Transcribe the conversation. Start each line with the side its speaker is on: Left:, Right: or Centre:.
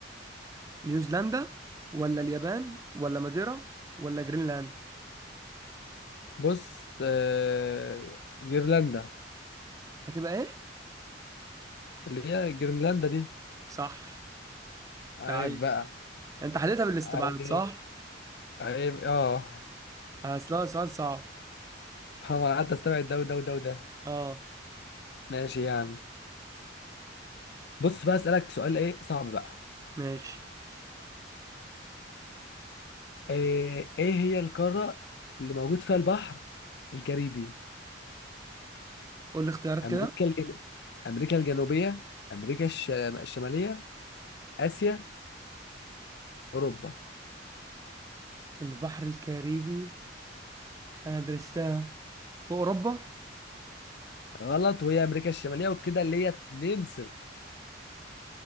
Right: نيوزيلندا ولا اليابان ولا ماديرا ولا جرينلاند
Left: بص آه جرينلاندا
Right: هتبقى ايه
Left: اللي هي جرينلاندا دي
Right: صح
Left: عيب
Right: لعيب
Left: بقى
Right: انت حليتها بالاستبعاد
Left: عيب
Right: صح
Left: عيب آه <laughs>
Right: اصل هو سؤال صعب
Left: هو أنا قعدت أستبعد ده وده وده وده
Right: اه
Left: ماشي يا عم بص بقى أسألك سؤال إيه صعب بقى
Right: ماشي
Left: إيه, إيه هي القارة اللي موجود فيها البحر الكاريبي
Right: قول لي اختيارات
Left: أمريكا
Right: كده
Left: الجنوبية أمريكا الجنوبية أمريكا الش- الشمالية اسيا اوروبا
Right: البحر الكاريبي انا درستها في اوروبا
Left: غلط وهي امريكا الشماليه وكده اللي هي 2 0